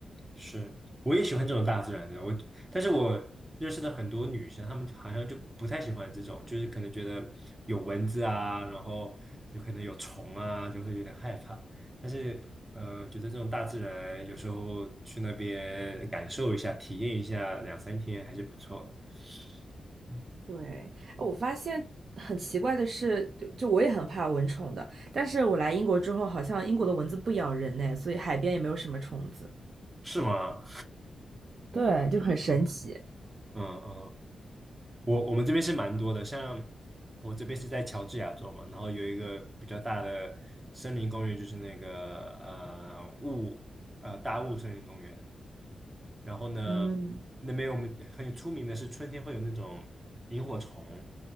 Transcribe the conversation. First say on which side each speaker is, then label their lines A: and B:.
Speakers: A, on the right (about 20°); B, on the right (about 60°).
A: 是，我也喜欢这种大自然的。我，但是我认识的很多女生，她们好像就不太喜欢这种，就是可能觉得有蚊子啊，然后有可能有虫啊，就会有点害怕。但是，呃，觉得这种大自然有时候去那边感受一下、体验一下两三天还是不错的。嗯，
B: 对，哎我发现很奇怪的是，就就我也很怕蚊虫的，但是我来英国之后，好像英国的蚊子不咬人呢，所以海边也没有什么虫子。
A: 是吗？
B: 对，
A: 嗯
B: 就很神奇。
A: 嗯嗯，我我们这边是蛮多的，像我这边是在乔治亚州嘛，然后有一个比较大的森林公园，就是那个呃雾呃大雾森林公园。然后呢，
B: 嗯，
A: 那边我们很有出名的是春天会有那种萤火虫，